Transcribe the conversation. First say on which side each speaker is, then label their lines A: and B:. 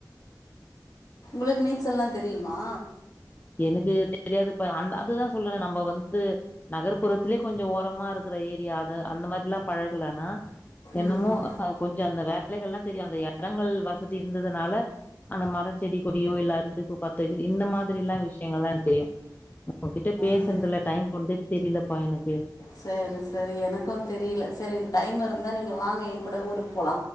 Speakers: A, on the left; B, on the left.
A: உங்ளுக்கு நீச்சல்லா தெரியுமா
B: எனக்கு தெரியாதுப்பா அந்த அதுதா சொல்ற நம்பொ வந்து நகர்ப்புறத்துலே கொஞ்சோ ஓரமா இருக்குற ஏரியா அத அந்த மாரில்லா பழகலன்னா என்னமோ
A: ம்
B: அ கொஞ்சொ அந்த வேலைகள்ல்லா தெரியு அந்த எடங்கள் வசதி இருந்ததுனால அந்த மரொ செடி கொடியோ இல்ல அடுப்பு பத்த வெ இந்த மா திரில்லா விஷ்யங்கள்லா எனக் தெரியு உங்கக்கிட்ட பேசுனதுல
A: ஆ.
B: டைம் போன்தே தெரியிலப்பா எனக்கு
A: சேரி சேரி எனக்கு வந் தெரியில செரி டைம் இருந்தா நீங்க வாங்க ஏங் கூட ஊருக் போலா